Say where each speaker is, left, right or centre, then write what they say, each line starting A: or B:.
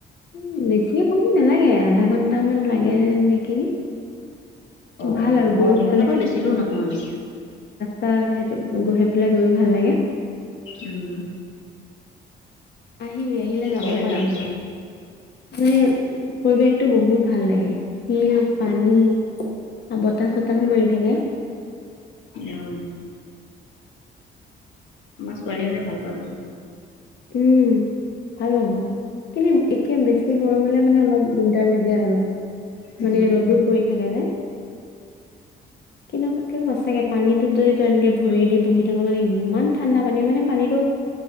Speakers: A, on the left; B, on the left.
A: উম' বেছি সময় নালাগে, আধা ঘন্টামান লাগে নেকি।
B: অ',
A: ভাল
B: অ',
A: আৰু গৈও
B: অ', সেইফালৰ
A: ভাল
B: পৰা বেছি দূৰ নহয়।
A: তাত সেইটো গৈ, সেইফালে গৈইও ভাল লাগে।
B: উম'।
A: আহিবি আহিলে যাব
B: গ'লে
A: পাৰিম।
B: যাম ৰ
A: মানে পৰিৱেশটো বহুত ভাল লাগে, শিল, পানী, আ বতাহ-চতাহো মাৰি থাকে।
B: অ আমাৰ ছোৱালী হঁতে ভাল পাব।
A: উম' ভাল পাব, কিন্তু একে বেছি গৰমলে মানে অলপ দিগদাৰ লাগে আৰু
B: উম
A: মানে ৰ'দো পৰি থাকে যে। কিন্তু তাতে সঁচাকে পানীটোত যদি তই এনেকে ভৰি দি বহি থাক', মানে ইমান ঠাণ্ডা পানী, মানে পানীটো